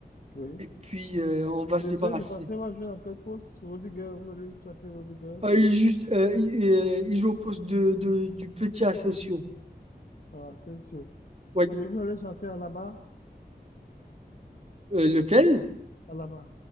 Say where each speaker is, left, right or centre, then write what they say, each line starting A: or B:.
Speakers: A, on the left; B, on the right.
A: oui.
B: Et puis, euh, on va se
A: Les
B: débarrasser.
A: jeunes défenseurs vont jouer en quatre postes. Rudiger, vous allez chasser Rudiger,
B: Ah, il, est juste, euh, il, euh, il joue au poste de, de- du petit Asensio.
A: euh, Asensio.
B: Oui.
A: Et vous allez chasser Alaba,
B: Euh, lequel?
A: Alaba.